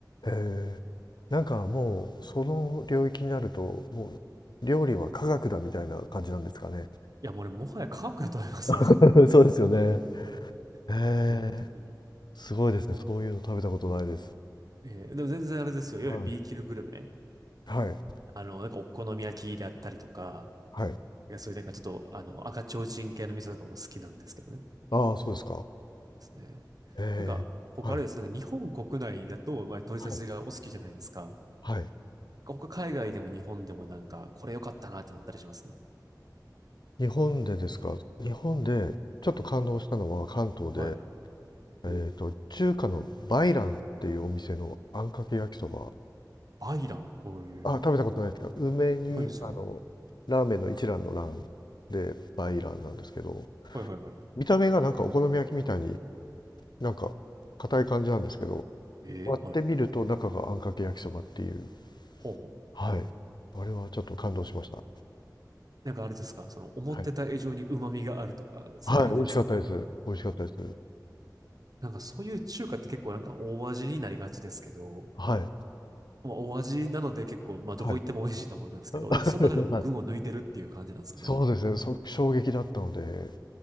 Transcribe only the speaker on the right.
いや、もうね、もはや科学だと思いますよ。
<laughs> 本当に。
えーでも全然あれですよ。いわゆる
B 級グルメ。
あの、なんかお好み焼きであったりとか、
いやそれでなんかちょっと、あの、赤ちょうちん系の店とかも好きなんですけどね。
ですね。
なんか、他あれですね、
なんか日本国内だと、まあ、取り差しがお好きじゃないですか。
他海外でも日本でもなんか、これ良かったなってなったりします
はい。
お、
バイラン。おえ。
何ですよ。
はいはいはい。
えー、
はい。ほうほう。
なんかあれですか、その思ってた以上に旨味があるとか、
そういう感じですかね。
なんかそういう中華って結構なんか大味になりがちですけど、
まあ、大味なので結構、まあどこ行っても美味しいと思うんですけど、
なんかその中でも群を抜いてるっていう感じなんですかね。